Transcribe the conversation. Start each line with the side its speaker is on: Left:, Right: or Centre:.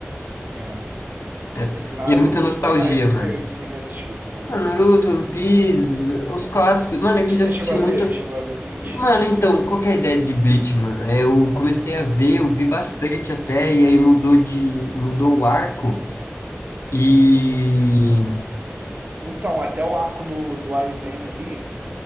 Right: É.
Left: época.
Right: Mas Naruto,
Left: E é muita nostalgia,
Right: o que mais que
Left: mano.
Right: você, que você já assistiu de bom?
Left: Ah, Naruto, One Piece, os clássicos. Mano,
Right: Bleach,
Left: é que eu
Right: você
Left: já assisti
Right: chegou a
Left: muito.
Right: ver? Chegou a ver Bleach?
Left: Mano, então, qual que é a ideia de Bleach, mano? É, eu comecei a ver, eu vi bastante até, e aí mudou de, mudou o arco. E
Right: Então, até o arco do, do Aizen ali,